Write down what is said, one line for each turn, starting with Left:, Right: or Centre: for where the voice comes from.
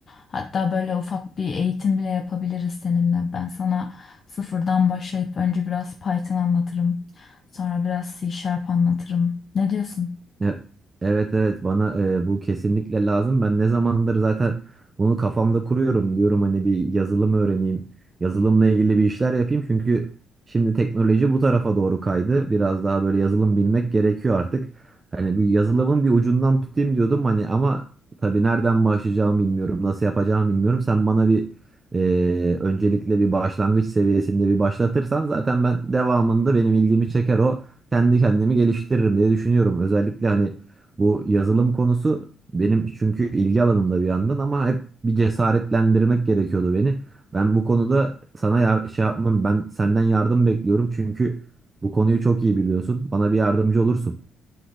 Left: Hatta böyle ufak bir eğitim bile yapabiliriz seninle. Ben sana sıfırdan başlayıp önce biraz Python anlatırım. Sonra biraz C Sharp anlatırım. Ne diyorsun?
Right: E- Evet evet bana e, bu kesinlikle lazım. Ben ne zamandır zaten bunu kafamda kuruyorum diyorum hani bir yazılım öğreneyim. Yazılımla ilgili bir işler yapayım çünkü şimdi teknoloji bu tarafa doğru kaydı. Biraz daha böyle yazılım bilmek gerekiyor artık. Hani bu yazılımın bir ucundan tutayım diyordum hani ama tabii nereden başlayacağımı bilmiyorum, nasıl yapacağımı bilmiyorum. Sen bana bir e, öncelikle bir başlangıç seviyesinde bir başlatırsan zaten ben devamında benim ilgimi çeker o kendi kendimi geliştiririm diye düşünüyorum. Özellikle hani bu yazılım konusu benim çünkü ilgi alanımda bir yandan ama hep bir cesaretlendirmek gerekiyordu beni. Ben bu konuda sana yar- şey yapmam, ben senden yardım bekliyorum çünkü bu konuyu çok iyi biliyorsun. Bana bir yardımcı olursun.